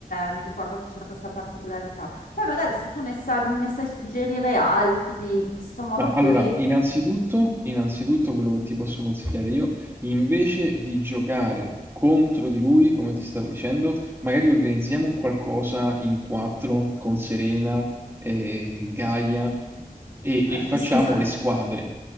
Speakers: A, on the left (about 75°); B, on the right (about 15°).
A: mi ricordo che c'era questa particolarità. Poi magari se tu ne sai, me ne sai suggerire altri in questo modo
B: Ah,
A: qui,
B: Allora, innanzitutto, innanzitutto quello che ti posso consigliare io, invece di giocare contro di lui, come ti stavo dicendo, magari organizziamo un qualcosa in quattro con Serena, eh, Gaia e,
A: eh,
B: e facciamo
A: scusa.
B: le squadre.